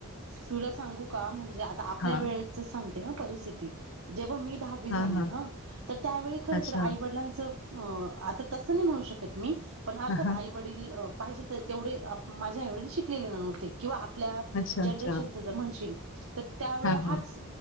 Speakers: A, on the right; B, on the left.
A: तुला सांगू का? म्हणजे आता आपल्या
B: हा
A: वेळेचं सांगते हं परिस्थिती जेंव्हा मी
B: हा
A: झालीं.
B: हा
A: अ त्यावेळीं खरं
B: अच्छा
A: तरं आईवडिलांच आतां तसं नाही म्हणू शकतं मी, पणं अर्थात
B: हा हा
A: आई वडील पाहिजे त तेवढे माझ्यां एवढे आई वडील शिकलेले नव्हते किंवा आ आपल्या
B: अच्छा
A: जनरेशनचं
B: अच्छा
A: म्हणशील तर त्यावेळी
B: हा
A: हाच
B: हा